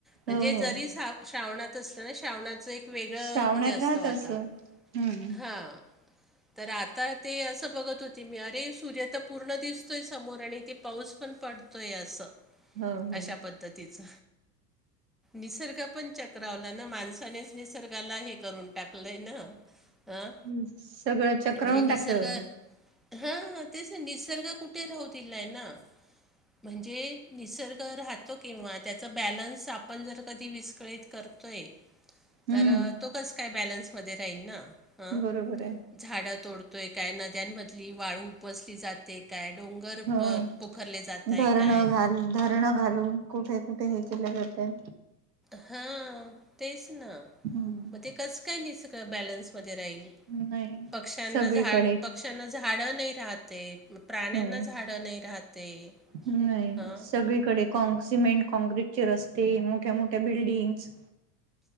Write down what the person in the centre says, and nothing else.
म्हणजे
जरी सा श्रावणात असलं ना श्रावणाचं एक वेगळं
हे असतं
वातावरण
हा. तर आता ते असं बघत होती मी अरे सूर्य तर पूर्ण दिसतोय समोर आणि ते पाऊस पण पड तोय अस
अशा पद्धतीच निसर्ग पण चक् रावला ना माणसानेच निसर्गाला हे करून टाकलंय ना? अं
म्हणजे निसर्ग
हा तेच निसर्ग कुठे राहू दीलाय ना म्हणजे निसर्ग राहतो किंवा त्याच बॅलन्स आपण जर कधी विस्कळीत करतोय.
तर तो कस काय बॅलन्समध्ये राहील ना? हं
झाडं तोडतोय काय नद्यांमधली वाळू उपसली जाते. काय डोंगर
अ पोखरले जाताय
काय?
हा तेच ना.
म ते कस काय नि सगळ बॅलन्स मध्ये राहील?
पक्ष्यांना
झाड प पक्षांना झाडं नाही राहत ते प्राण्यांना
झाडं नही राहते,
हं.